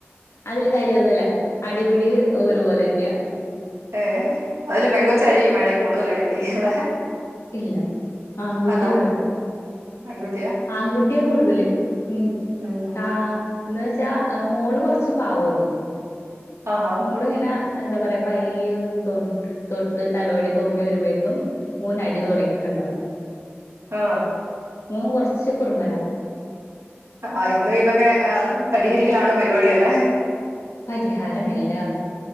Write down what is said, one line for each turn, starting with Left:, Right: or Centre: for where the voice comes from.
Left: അതില് കാര്യമൊന്നും ഇല്ല അടിപിടി ഒരുപോലെ തന്നെയാ
Right: ഏഹ് അതിലും പെങ്കൊച്ചായിരിക്കും വേണേ കൂടുതൽ അടിപിടി അല്ലെ
Left: ഇല്ല ആൺകുട്ടിയാ
Right: അല്ല
Left: ഇവിടെ
Right: ആൺകുട്ടിയാ
Left: ആൺകുട്ടിയാ കൂടുതല് ഉം
Right: ഉം ഉം
Left: ആഹ് എന്ന് വെച്ചാ മോള് കുറച്ച് പാവമാണ്
Right: ആഹ് ആഹ്
Left: മോൾ ഇങ്ങനെ എന്താ പറയാ പയ്യ ഒന്ന് തൊ തൊട്ട് തലോടി തോണ്ടി വരുമ്പോഴേക്കും ഓന് അടി തുടങ്ങിയിട്ടുണ്ടാവും
Right: ആ
Left: മോൻ കുറച്ച് കുറുമ്പന
Right: ആഹ് എന്നും ഇതൊക്കെ പരിഹരിക്കലാണ് പരിപാടി അല്ലേ
Left: പരിഹാരമില്ല